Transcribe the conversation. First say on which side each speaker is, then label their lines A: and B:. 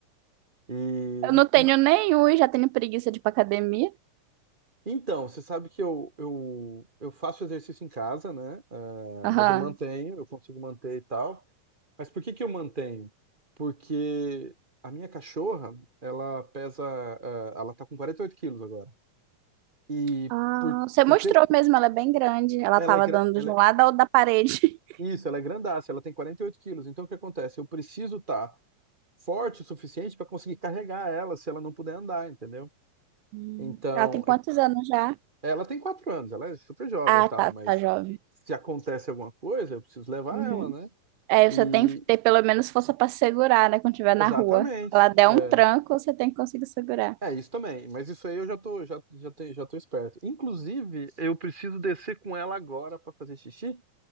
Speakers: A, on the right; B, on the right.
A: E
B: eu não tenho
A: ma-
B: nenhum e já tenho preguiça de ir pra academia.
A: então, você sabe que eu, eu, eu faço exercício em casa, né? É,
B: Aham.
A: mas eu mantenho, eu consigo manter e tal. Mas por que que eu mantenho? Porque a minha cachorra, ela pesa, eh, ela tá com 48 quilos agora. E
B: Ah,
A: por,
B: você
A: por
B: mostrou
A: ter,
B: mesmo, ela é bem grande. Ela
A: ela
B: tava
A: é, gra-
B: dando
A: ela
B: de um
A: é-
B: lado ao da parede. <laughs>
A: isso, ela é grandaça, ela tem 48 quilos. Então o que acontece? Eu preciso estar forte o suficiente para conseguir carregar ela se ela não puder andar, entendeu?
B: Hum.
A: Então,
B: Ela tem quantos
A: é-
B: anos já?
A: ela tem 4 anos, ela é super jovem
B: Ah,
A: e tal,
B: tá,
A: mas
B: tá jovem.
A: se acontece alguma coisa, eu preciso levar
B: Uhum.
A: ela, né?
B: É,
A: E
B: você tem que ter pelo menos força para segurar, né? Quando estiver na
A: exatamente.
B: rua. Se ela der
A: é.
B: um tranco, você tem que conseguir segurar.
A: É, isso também, mas isso aí eu já tô, já, já, te, já tô esperto. Inclusive, eu preciso descer com ela agora pra fazer xixi.